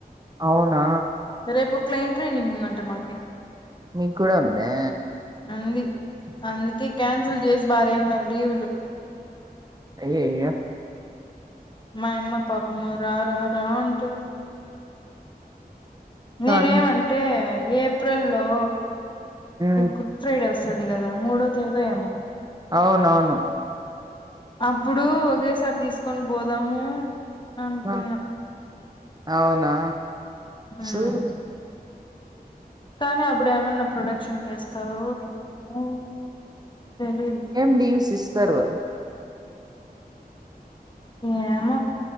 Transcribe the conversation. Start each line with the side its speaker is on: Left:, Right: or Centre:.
Right: అవునా
Left: రేపు క్లెయిన్ ట్రైనింగ్ ఉందంట మాకి
Right: మీకు కూడా ఉందా
Left: అంది అందుకే క్యాన్సిల్ చేసి భారేసినన్నారు లీవులు
Right: అయ్యాయో
Left: మా అమ్మ పాపము రా రా రా అంటది నేనే
Right: కానీ
Left: ఏమంటే ఏప్రిల్ లో
Right: హ్మ్
Left: గుడ్ ఫ్రైడే వస్తు వసది కదా మూడో తేదీ ఏమో
Right: అవునవును
Left: అప్పుడు ఒకేసారి తీసుకొని పోదాము అనుకున్నా
Right: ఆ అవునా
Left: ఉమ్
Right: చూ
Left: కానీ అప్పుడు ఏమన్నా ప్రొడక్షన్కి వేస్తారు ఏమో తెలీదు
Right: ఎమ్ లీవ్ సిస్టర్వల్
Left: ఏమో